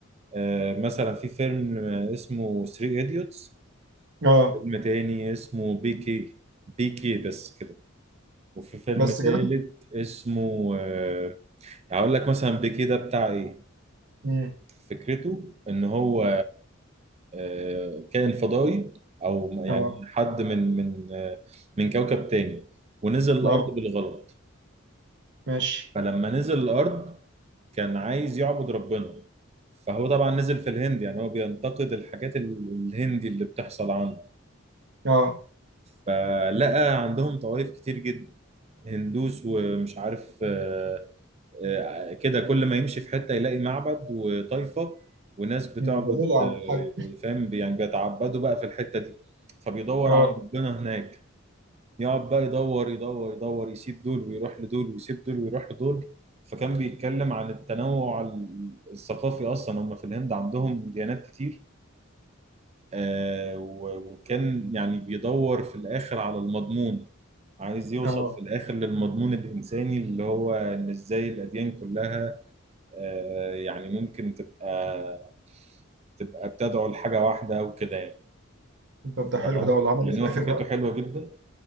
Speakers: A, on the right; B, on the right.
A: آه، مثلا في فيلم آه، اسمه 3 ايديوتس
B: اه
A: فيلم تاني اسمه بي كي بي كي بس كده وفي فيلم
B: بس
A: تالت
B: كده
A: اسمه آه، هقول لك مثلا بي كي ده بتاع ايه
B: امم
A: فكرته ان هو آه، كائن فضائي او يعني
B: اه
A: حد من من آه، من كوكب تاني ونزل الارض
B: اه
A: بالغلط
B: ماشي
A: فلما نزل الارض كان عايز يعبد ربنا فهو طبعا نزل في الهند يعني هو بينتقد الحاجات ال- الهندي اللي بتحصل عنده
B: اه
A: فلقى عندهم طوائف كتير جدا هندوس ومش عارف آه، آه، كده كل ما يمشي في حتة يلاقي معبد وطائفة وناس بتعبد
B: امم ده ليه يا
A: آه،
B: عم الحاج
A: فاهم يعني بيتعبدوا بقى في الحتة دي فبيدور
B: اه
A: على ربنا هناك يقعد بقى يدور يدور يدور يسيب دول ويروح لدول ويسيب دول ويروح لدول فكان بيتكلم عن التنوع الثقافي أصلا هم في الهند عندهم ديانات كتير آه، و- وكان يعني بيدور في الآخر على المضمون عايز يوصل
B: اه
A: في الآخر للمضمون الإنساني اللي هو إن إزاي الأديان كلها آه، يعني ممكن تبقى تبقى بتدعو لحاجة واحدة وكده يعني
B: طب ده حلو
A: ف-
B: ده ولا عمل
A: يعني
B: ايه في الاخر
A: هو فكرته
B: بقى
A: حلوة جدا